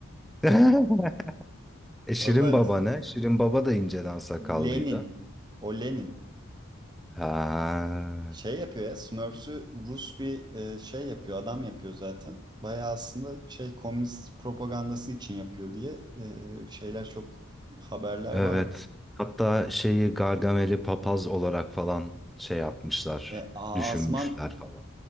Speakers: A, in the centre; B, on the right.
A: <laughs> E, Şirin
B: <laughs> Vallahi
A: Baba ne? Şirin Baba da inceden sakallıydı.
B: Lenin. O Lenin.
A: Ha,
B: Şey yapıyor ya Smurfs'ü Rus bir e, şey yapıyor adam yapıyor zaten. Bayağı aslında şey komünist propagandası için yapıyor diye e, şeyler çok haberler
A: evet.
B: vardı.
A: Hatta şeyi Gargamel'i papaz olarak falan şey yapmışlar,
B: E, A-
A: düşünmüşler
B: Azman
A: falan.